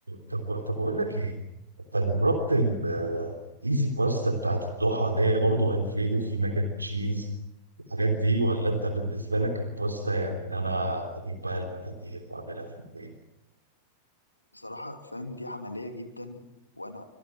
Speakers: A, on the right (about 80°); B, on the left (about 85°).
A: طب طب اقول لك ايه انت جربت الايزي باستا بتاعت الضحى اللي هي برضه الفريدو في ماك اند تشيز الحاجات دي ولا انت بالنسبه لك الباستا يعني ان انا اجيب بقى المقادير واعملها في البيت
B: بصراحة فاهم دي عملية جدا وأنا